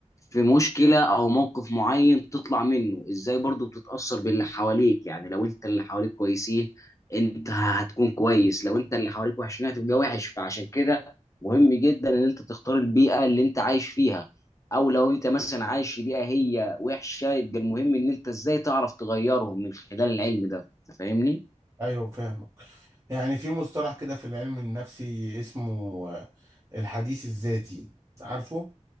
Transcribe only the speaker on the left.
في مشكلة او موقف معين تطلع منه ازاي برضو بتتأثر باللي حواليك يعني لو انت اللي حواليك كويسين انت هتكون كويس لو انت اللي حواليك وحشين هتبقى وحش فعشان كده مهم جدا ان انت تختار البيئة اللي انت عايش فيها او لو انت مثلا عايش في بيئه هي وحشه يبقى المهم ان انت ازاي تعرف تغيرهم من خلال العلم ده انت فاهمني